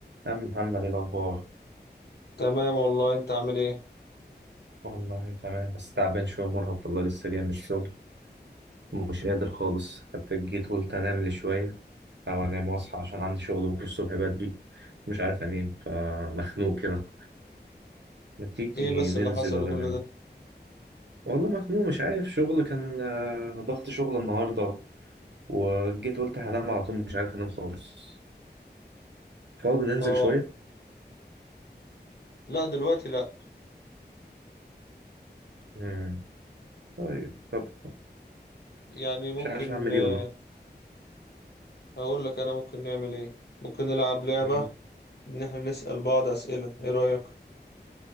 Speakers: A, on the right; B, on the left.
A: يا عم محمد إيه الأخبار
B: تمام والله انت عامل ايه
A: والله تمام بس تعبان شوية مرهق والله لسه جاي من الشغل ومش قادر خالص حتى جيت قلت أنام لي شوية أو أنام وأصحى عشان عندي شغل بكرة الصبح بدري مش عارف أنام فمخنوق كده ما تيجي
B: ايه بس
A: ننزل
B: اللي حصل
A: ولا
B: لكل
A: نعمل
B: ده
A: والله مخنوق مش عارف شغل كان آه، ضغط شغل النهاردة وجيت قلت هنام على طول مش عارف أنام خالص فاضي ننزل
B: اه
A: شوية
B: لا دلوقتي لا
A: مم. طيب طب
B: يعني ممكن
A: مش عارف أعمل
B: آه،
A: إيه والله
B: هقول لك انا ممكن نعمل ايه ممكن نلعب لعبة
A: مم.
B: ان احنا نسأل بعض اسئلة ايه رأيك